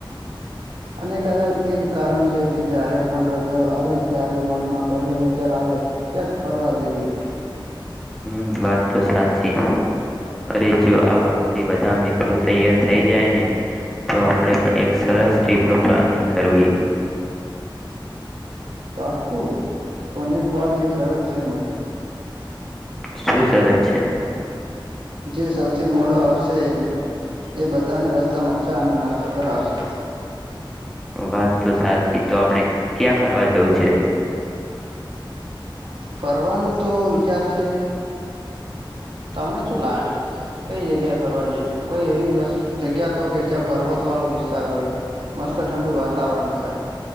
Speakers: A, on the right; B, in the centre.
A: અને કદાચ એ જ કારણ છે કે જ્યારે પણ રજા આવે ત્યારે મનમાં પહેલો વિચાર આવે ક્યાંક ફરવા જઈએ
B: હમ વાત તો સાચી અરે જો આ વાત તે બધા મિત્રો તૈયાર થઈ જાય ને તો આપણે પણ એક સરસ ટીપનું પ્લાનિંગ કરીએ
A: પાકું પણ એક વાત એક સરત છે મારી
B: શું સરત છે
A: જે સૌથી મોડો આવશે એ બધાને રસ્તા માં ચા અને નાસ્તો કરાવશે
B: વાત તો સાચી તો આપણે ક્યાં ફરવા જવું છે
A: ફરવાનું તો વિચાર છે તમને શું લાગે કઈ જગ્યાએ ફરવા જઈશું કોઈ એવી જગ્યા કહ કે જ્યાં પર્વત વાળો વિસ્તાર હોય મસ્ત ઠંડુ વાતાવરણ હોય